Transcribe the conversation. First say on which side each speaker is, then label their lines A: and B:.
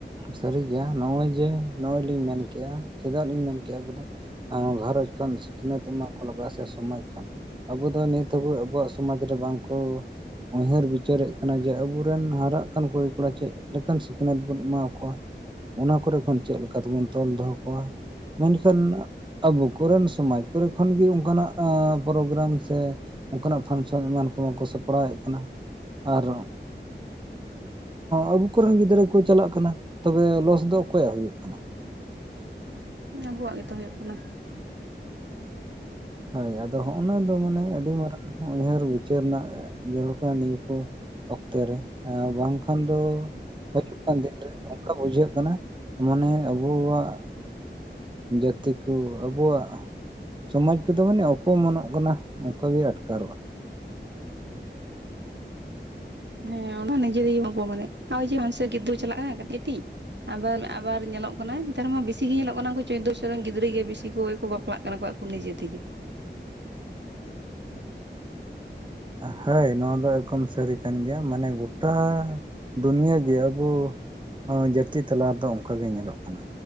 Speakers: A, on the right; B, on the right.
A: ᱥᱟᱹᱨᱤ ᱜᱮ ᱱᱚᱜᱼᱚᱭ ᱡᱮ ᱱᱚᱜᱼᱚᱭ ᱞᱤᱧ ᱢᱮᱱᱠᱮᱜᱼᱟ ᱪᱮᱫᱟᱜ ᱞᱤᱧ ᱢᱮᱱ ᱠᱮᱫᱮᱜᱼᱟ ᱟᱵᱚ ᱫᱚ᱾ ᱜᱷᱟᱨᱚᱧᱡᱽ ᱠᱷᱚᱱ ᱥᱤᱠᱷᱱᱟᱹᱛ ᱮᱢᱟ ᱠᱚ ᱞᱟᱜᱟᱜᱼᱟ ᱥᱮ ᱥᱚᱢᱟᱡᱽ ᱠᱷᱚ‌ᱱ᱾ ᱟᱵᱚ ᱫᱚ ᱱᱤᱛ ᱦᱟᱹᱵᱚ ᱟᱵᱚᱣᱟᱜ ᱥᱚᱢᱟᱡᱽ ᱨᱮ ᱵᱟᱝᱠᱚ ᱩᱭᱦᱟᱹᱨ ᱵᱤᱪᱟᱹᱨᱮᱫ ᱠᱟᱱᱟ ᱡᱮ ᱟᱵᱚᱨᱮᱱ ᱦᱟᱨᱟᱜ ᱠᱟᱱ ᱠᱩᱲᱤ ᱠᱚᱲᱟ ᱪᱮᱫ ᱪᱮᱫ ᱞᱮᱠᱟᱱ ᱥᱤᱠᱷᱱᱟᱹᱛ ᱵᱚᱱ ᱮᱢᱟ ᱠᱚᱣᱟ ᱚᱱᱟ ᱠᱚᱨᱮ ᱠᱷᱚᱱ ᱪᱮᱫ ᱞᱮᱠᱟ ᱛᱮᱵᱚᱱ ᱛᱚᱞ ᱫᱚᱦᱚ ᱠᱚᱣᱟ ᱢᱮᱱᱠᱷᱟᱱ ᱟᱵᱚ ᱠᱚᱨᱮᱱ ᱥᱚᱢᱟᱡᱽ ᱠᱚᱨᱮ ᱠᱷᱚᱱᱜᱮ ᱚᱱᱠᱟᱱᱟᱜ ᱯᱨᱳᱜᱨᱟᱢ ᱥᱮ... ᱳᱱᱠᱟᱱᱟᱜ ᱯᱷᱟᱱᱥᱚᱱ ᱮᱢᱟᱱ ᱠᱚᱦᱚ ᱠᱚ ᱥᱟᱯᱲᱟᱣᱮᱫ ᱠᱟᱱᱟ ᱟᱨ ᱦᱚᱸᱜ ᱟᱵᱚ ᱠᱚᱨᱮᱱ ᱜᱤᱫᱽᱨᱟᱹ ᱠᱚ ᱪᱟᱞᱟᱜ ᱠᱟᱱᱟ ᱛᱚᱵᱮ ᱞᱚᱥ ᱫᱚ ᱚᱠᱚᱭᱟᱜ ᱦᱩᱭᱩᱜ ᱠᱟᱱᱟ?
B: ᱟᱵᱚᱣᱟᱜ ᱜᱮᱛᱚ ᱦᱩᱭᱩᱜ ᱠᱟᱱᱟ᱾
A: ᱦᱳᱭ ᱟᱫᱚ ᱦᱚᱜᱼᱱᱟ ᱫᱚ ᱢᱟᱱᱮ ᱟᱹᱰᱤ ᱢᱟᱨᱟᱝ ᱩᱭᱦᱟᱹᱨ ᱵᱤᱪᱟᱹᱨ ᱨᱮᱱᱟᱜ ᱡᱟᱹᱨᱩᱲ ᱠᱟᱱᱟ ᱱᱤᱭᱟᱹ ᱠᱚ᱾ ᱚᱠᱛᱮ ᱨᱮ ᱟᱨ ᱵᱟᱝᱠᱷᱟᱱ ᱫᱚ... ᱦᱤᱡᱩᱜ ᱠᱟᱱ ᱫᱤᱱᱨᱮ ᱚᱱᱠᱟ ᱵᱩᱡᱷᱟᱹᱜ ᱠᱟᱱᱟ ᱢᱟᱱᱮ ᱟᱵᱚᱣᱟᱜ... ᱡᱟᱛᱮ ᱠᱳ ᱟᱵᱳᱣᱟᱜ ᱥᱚᱢᱟᱡᱽ <unintelligible> ᱫᱚ ᱢᱟᱱᱮ ᱚᱯᱚᱢᱚᱱᱚᱜ ᱠᱟᱱᱟ ᱚᱱᱠᱟᱜ ᱜᱮ ᱟᱴᱠᱟᱨᱚᱜᱼᱟ᱾
B: ᱦᱮᱸ ᱚᱱᱟ ᱱᱤᱡᱮ ᱛᱮ ᱵᱳ ᱮᱯᱳ ᱢᱟᱱᱮᱜ ᱟᱨᱭ <unintelligible> ᱪᱟᱞᱟᱜᱼᱟ ᱠᱟᱹᱴᱤᱡ ᱠᱟᱹᱴᱤᱡ ᱟᱵᱟᱨ ᱟᱵᱟᱨ ᱧᱮᱞᱚᱜ ᱠᱟᱱᱟ ᱱᱮᱛᱟᱨ ᱢᱟ ᱵᱮᱥᱤ ᱜᱮ ᱧᱮᱞᱚᱜ ᱠᱟᱱᱟ ᱪᱳᱫᱽᱫᱳ ᱵᱚᱪᱷᱚᱨ ᱨᱮᱱ ᱜᱤᱫᱽᱨᱟᱹ ᱜᱮ ᱵᱤᱥᱤ ᱠᱚ ᱵᱟᱯᱞᱟᱜ ᱠᱟᱱᱟ ᱠᱟᱱᱟ ᱠᱚ ᱟᱠᱚ ᱱᱤᱡᱮ ᱛᱮᱜᱮ
A: ᱦᱳᱭ ᱱᱚᱣᱟ ᱫᱚ ᱮᱠᱫᱚᱢ ᱥᱟᱹᱨᱤ ᱠᱟᱱ ᱜᱮᱭᱟ ᱢᱟᱱᱮ ᱜᱚᱴᱟ ᱫᱩᱱᱭᱟᱹᱜᱮ ᱟᱵᱚ ᱡᱟᱹᱛᱤ ᱛᱟᱞᱟ ᱨᱮᱫᱚ ᱚᱱᱠᱟᱜᱮ ᱧᱮᱞᱚᱜ ᱠᱟᱱᱟ